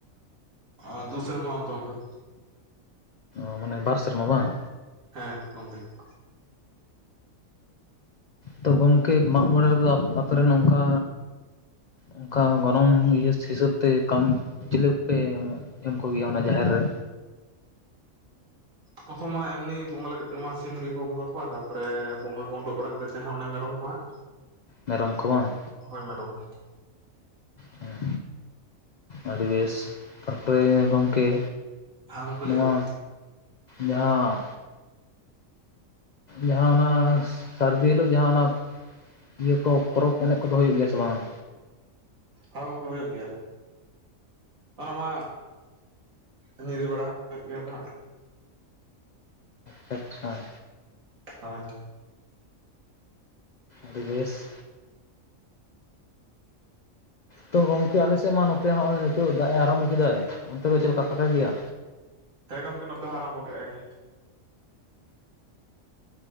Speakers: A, on the right; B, on the left.
A: ᱟᱨ ᱫᱩᱥᱮᱨᱢᱟ ᱚᱱᱛᱮᱨ ᱚᱱᱛᱮᱨ ᱾
B: ᱚ ᱢᱟᱱᱮ ᱵᱟᱨ ᱥᱮᱨᱢᱟ ᱵᱟᱝ?
A: ᱦᱮᱸ ᱜᱚᱝᱠᱮ ᱾
B: ᱛᱚ ᱜᱚᱝᱠᱮ ᱢᱟᱜ ᱢᱚᱬᱮ ᱨᱮᱫᱚ ᱟᱯᱮ ᱨᱮᱱ ᱱᱚᱝᱠᱟ ᱚᱱᱠᱟ ᱜᱚᱱᱚᱝ ᱤᱭᱟᱹ ᱦᱤᱥᱟᱹᱵ ᱛᱮ ᱠᱟᱢ ᱪᱤᱞᱟᱹᱠ ᱯᱮ ᱮᱢᱚᱜ ᱮᱢ ᱠᱚᱜᱮᱭᱟ ᱚᱱᱟ ᱡᱟᱦᱮᱨ ᱨᱮ?
A: ᱯᱨᱚᱛᱷᱚᱢ ᱢᱟ ᱮᱢᱱᱤ ᱵᱚᱸᱜᱟ ᱞᱟᱹᱜᱤᱫ ᱛᱮ ᱢᱟ ᱥᱤᱢ ᱜᱮᱠᱚ ᱵᱚᱸᱜᱟ ᱠᱚᱣᱟ, ᱛᱟᱨᱯᱚᱨᱮ ᱵᱚᱸᱜᱟ ᱠᱚ ᱩᱰᱩᱠ ᱵᱟᱲᱟ ᱠᱟᱛᱮᱫ ᱡᱟᱦᱟᱸ ᱢᱮᱨᱚᱢ ᱠᱚ ᱦᱟᱸᱜ
B: ᱢᱮᱨᱚᱢ ᱠᱚ ᱵᱟᱝ?
A: ᱦᱳᱭ ᱢᱮᱨᱚᱢ ᱠᱚ
B: ᱦᱮᱸᱼᱼ ᱟᱹᱰᱤ ᱵᱮᱥ. ᱛᱟᱨᱯᱚᱨᱮ ᱜᱚᱢᱠᱮ
A: ᱦᱮᱸ ᱜᱚᱢᱠᱮ ᱞᱟᱹᱭ
B: ᱱᱚᱣᱟ
A: ᱵᱤᱱ
B: ᱡᱟᱦᱟᱸ ᱡᱟᱦᱟᱸ ᱚᱱᱟ ᱥᱟᱹᱨᱫᱤ ᱦᱤᱞᱟᱹᱜ ᱡᱟᱦᱟᱸ ᱚᱱᱟ ᱤᱭᱟᱹ ᱠᱚ ᱯᱚᱨᱚᱵᱽ ᱮᱱᱮᱡ ᱠᱚᱫᱚ ᱦᱩᱭᱩᱜ ᱜᱮᱭᱟ ᱥᱮ ᱵᱟᱝ?
A: ᱦᱮᱸ ᱜᱚᱢᱠᱮ ᱦᱩᱭᱩᱜ ᱜᱮᱭᱟ ᱾ ᱚᱱᱟ ᱢᱟ ᱱᱤᱡᱮ ᱵᱟᱲᱟ ᱦᱚᱸ ᱦᱩᱭᱩᱜ ᱜᱮᱭᱟ ᱛᱟᱦᱮᱫ ᱾
B: ᱟᱪᱪᱷᱟ ᱾
A: ᱦᱮᱸ
B: ᱟᱹᱵᱤ ᱵᱮᱥ ᱾ ᱛᱚ ᱜᱚᱝᱠᱮ ᱟᱞᱮᱥᱮᱫ ᱢᱟ ᱱᱚᱛᱮ ᱱᱚᱜᱼᱚᱭ ᱱᱤᱛᱚᱜ ᱫᱟᱜ ᱮ ᱟᱨᱟᱢᱵᱷᱚ ᱠᱮᱫᱟᱭ, ᱚᱱᱛᱮ ᱫᱚ ᱪᱮᱫ ᱞᱮᱠᱟ ᱯᱷᱟᱸᱠᱟ ᱜᱮᱭᱟ?
A: ᱛᱚ ᱜᱚᱢᱠᱮ ᱱᱚᱛᱮ ᱦᱚᱭ ᱟᱨᱟᱢᱵᱷᱚ ᱠᱮᱫᱼᱟᱭ ᱾